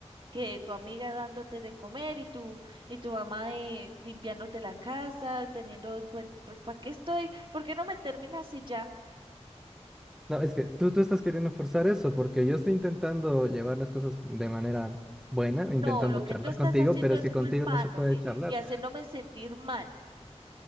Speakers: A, on the right; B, in the centre.
A: que tu amiga dándote de comer y tu, y tu mamá eh, limpiándote la casa, teniendo en cuenta, pues, ¿para qué estoy? ¿Por qué no me terminas y ya?
B: No, es que tú, tú estás queriendo forzar eso, porque yo estoy intentando llevar las cosas de manera buena,
A: No,
B: intentando
A: lo
B: charlar
A: que tú estás
B: contigo,
A: haciendo
B: pero es
A: es
B: que
A: culpándome
B: contigo no se puede charlar.
A: y haciéndome sentir mal.